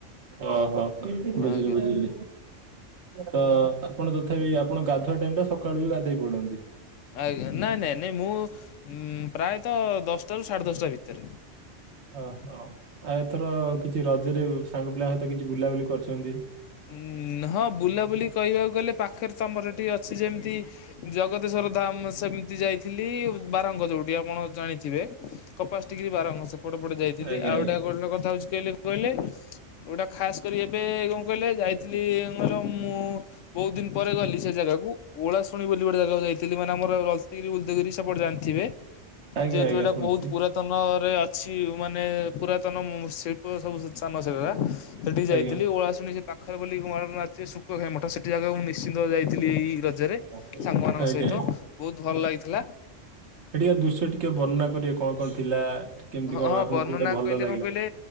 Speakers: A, on the right; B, on the left.
A: ଓଃହ ବୁଝିଲି
B: ଆଜ୍ଞା।
A: ବୁଝି ଲି ତ ଆପଣ ତଥାପି ଆପଣ ଗାଧୁଆ ଟାଇମ ଟା ସକାଳୁ ବି ଗାଧେଇ ପଡନ୍ତି?
B: ଆଜ୍ଞା ନାଇଁ ନାଇଁ ନାଇଁ ମୁଁ ଉଁ ପ୍ରାୟତଃ ଦଶଟାରୁ ସାଢେ ଦଶଟା ଭିତରେ।
A: ଓହୋ ଆଉ ଏଥର କିଛି ରଜରେ ସାଙ୍ଗ ପିଲା ସହିତ କିଛି ବୁଲାବୁଲି କରିଚନ୍ତି?
B: ଉଁ ହଁ ବୁଲାବୁଲି କହିବାକୁ ଗଲେ ପାଖରେ ତମର ଏଠି ଅଛି ଯେମିତି ଜଗତେଶ୍ଵର ଧାମ ସେମିତି ଯାଇଥିଲି। ବାରଙ୍ଗ ଯୋଉଠି ଆପଣ ଜାଣିଥିବେ? କପିଳାସ ଠିକି ବାରଙ୍ଗ ସେ ପଟେ ପଟ ଯାଇଥିଲି।
A: ଆଜ୍ଞା
B: ଆଉ
A: ଆଜ୍ଞା
B: ଗୋଟା ଗୋଟ୍ କଥା ହଉଚି କହିଲେ କହିଲେ? ଗୋଟା ଖାସ କରି ଏବେ କଣ କହିଲେ ଯାଇଥିଲି କହିଲ ମୁଁ ବହୁତ ଦିନ ପରେ ଗଲି ସେ ଜାଗାକୁ। ଓଳାଶୁଣି ବୋଲି ଗୋଟେ ଜାଗାକୁ ଯାଇଥିଲି ମାନେ ଆମର ଲଳିତଗିରି ଉଦୟଗିରି ସେପଟେ ଯାନ୍ ଥିବେ
A: ଆଜ୍ଞା
B: ଯେହେତୁ
A: ଆଜ୍ଞା
B: ଏଇଟା
A: ଶୁଣିଛି
B: ବହୁତ ପୁରାତନ ନରେ ଅଛି ମାନେ ପୁରାତନ ଉଁ ଶିଳ୍ପ ସବୁ ସ୍ଥାନ ସେଗୁରା। ସେଠିକି ଯାଇଥିଲି
A: ଆଜ୍ଞା।
B: ଓଳାଶୁଣି ସେଇ ପାଖରେ ବୋଲି <unintelligible> ଶୁକୁଆଖାଇ ମଠ ସେଠି ଜାଗା ମୁଁ ନିଶ୍ଚିନ୍ତ ଯାଇଥିଲି। ଏଇ ରଜରେ
A: ଆଜ୍ଞା
B: ସାଙ୍ଗମାନଙ୍କ
A: ଆଜ୍ଞା
B: ସହିତ ବହୁତ ଭଲ ଲାଗିଥିଲା।
A: ହେଠିକାର ଦୃଶ୍ୟ ଟିକେ ବର୍ଣ୍ଣନା କରିବେ କଣ କଣ ଥିଲା। କେମିତି କଣ
B: ହଁ
A: ଆପଣଙ୍କୁ
B: ବର୍ଣ୍ଣନା
A: କୋଉଟା ଭଲ
B: କହିଲେ
A: ଲାଗିଲା।
B: କଣ କହିଲେ